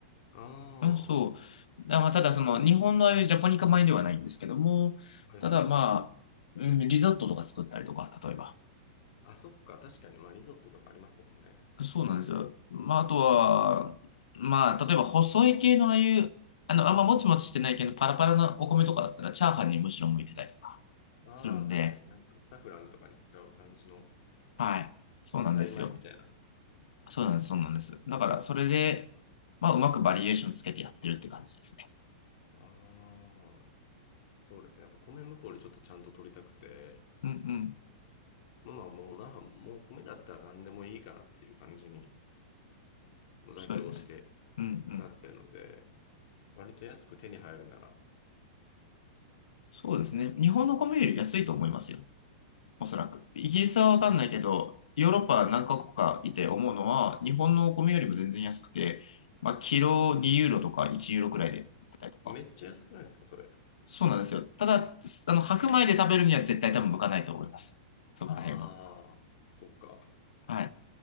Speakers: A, on the left; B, on the left.
A: ああ、
B: うん、そう。
A: は
B: あまあ、ただその、日本のああいうジャポニカ米ではないんですけども、
A: いはい。
B: ただまあ、うん、リゾットとか作ったりとか、例えば。
A: あ、そっか、確かに、まあリゾットとかありますもんね。
B: そうなんですよ。まあ、あとは、まあ、例えば細い系のああいう、あの、あんまもちもちしてない系のパラパラなお米とかだったら、チャーハンにむしろ向いてたりとか
A: ああ、
B: するんで、
A: 確かになんかサフランとかに使う感じの
B: はい。そうなんですよ。
A: タイ米みたいな。
B: そうなんです、そうなんです。だから、それで、まあ、うまくバリエーションつけてやってるって感じですね。
A: ああ、そうですね。やっぱ米向こうでちょっとちゃんと取りたくて、
B: うんうん。
A: まあまあもうな、もう米だったら何でもいいかなっていう感じに、もう妥協して
B: そうですね。うんうん。
A: なってるので、割と安く手に入るなら、
B: そうですね。日本の米より安いと思いますよ。おそらく。イギリスはわかんないけど、
A: 確かに。
B: ヨーロッパ何カ国かいて思うのは、
A: はい。
B: 日本のお米よりも全然安くて、まあ、キロ2ユーロとか1ユーロくらいで売ってたりとか。
A: めっちゃ安くないですか、それ。あ
B: そうなんですよ。ただ、あの、白米で食べるには絶対多分向かないと思います。そこら辺は。
A: あ、そっか。
B: はい。